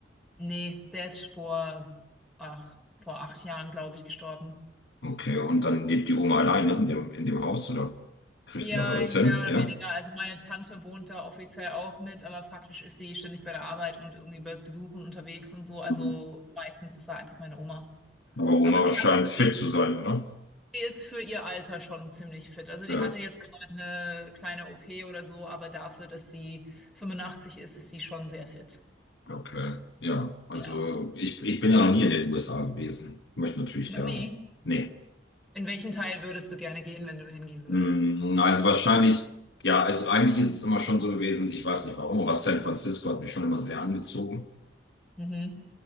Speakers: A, in the centre; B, on the left.
A: Nee, der ist vor, ach, vor acht Jahren, glaube ich, gestorben.
B: Okay, und dann lebt die Oma alleine in dem, in dem Haus, oder? Kriegt
A: Ja,
B: die das alles
A: mehr
B: hin?
A: oder
B: Ja.
A: weniger. Also meine Tante wohnt da offiziell auch mit, aber faktisch ist sie ständig bei der Arbeit und irgendwie bei Besuchen unterwegs und so. Also
B: Mhm.
A: meistens ist da einfach meine Oma.
B: Aber Oma
A: Aber sie
B: scheint
A: hat auch
B: fit
A: Hilfe.
B: zu sein, oder?
A: Sie ist für ihr Alter schon ziemlich fit. Also die
B: Ja.
A: hatte jetzt gerade eine kleine OP oder so, aber dafür, dass sie 85 ist, ist sie schon sehr fit.
B: Okay, ja. Also
A: Ja.
B: ich, ich bin ja noch nie in den USA gewesen. Möchte natürlich
A: Noch
B: gerne.
A: nie.
B: Nee.
A: In welchen Teil würdest du gerne gehen, wenn du hingehen würdest?
B: Mm, Also wahrscheinlich, ja, also eigentlich ist es immer schon so gewesen, ich weiß nicht warum, aber San Francisco hat mich schon immer sehr angezogen.
A: Mhm.